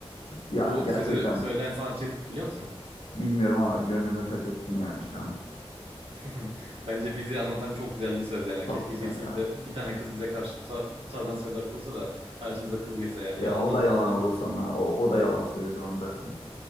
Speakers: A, on the left (about 65°); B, on the right (about 65°).
A: Ya
B: Bu
A: gerçekten
B: sözü söyleyen sanatçı biliyor musun?
A: bilmiyorum ama gönlümü fethettin yani şu an.
B: <laughs> Hı. Bence bizi anlatan çok güzel bir söz yani.
A: Çok
B: Keşke
A: güzel
B: birisi
A: ya.
B: bize bir tane kız bize karşı bu, ta- bu tarzdan sözler kursa da hayatımıza kız girse yani.
A: Ya
B: Yalandan
A: o da yalan
B: dolandan
A: olur sonra. O, o da yalan söylüyordur onu derken.